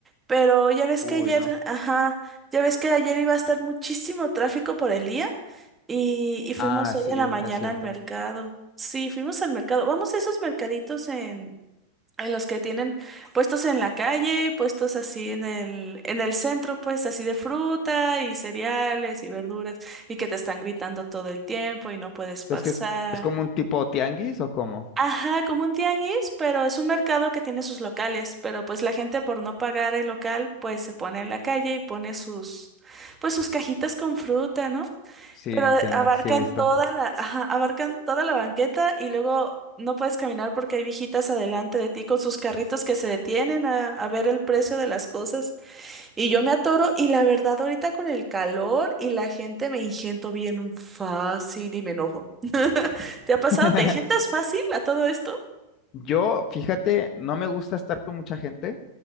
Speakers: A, on the right; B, on the left.
A: Pero ya ves
B: Uy,
A: que ayer,
B: no.
A: ajá, ya ves que ayer iba a estar muchísimo tráfico por el día y, y fuimos
B: Ah,
A: hoy
B: sí,
A: en la mañana
B: es cierto.
A: al mercado. Sí, fuimos al mercado. Vamos a esos mercaditos en los que tienen puestos en la calle, puestos así en el, en el centro, pues así de fruta y cereales y verduras, y que te están gritando todo el tiempo y no puedes pasar.
B: Es que es, es como un tipo tianguis o cómo?
A: Ajá, como un tianguis, pero es un mercado que tiene sus locales, pero pues la gente por no pagar el local, pues se pone en la calle y pone sus, pues sus cajitas con fruta, ¿no?
B: Sí,
A: Pero
B: entiendo,
A: abarcan
B: sí, he visto.
A: toda la, ajá, abarcan toda la banqueta y luego no puedes caminar porque hay viejitas adelante de ti con sus carritos que se detienen a, a ver el precio de las cosas. Y yo me atoro y la verdad ahorita con el calor y la gente me ingento bien fácil y me enojo. ¿Te ha pasado?
B: <laughs>
A: ¿Te ingentas fácil a todo esto?
B: Yo, fíjate, no me gusta estar con mucha gente,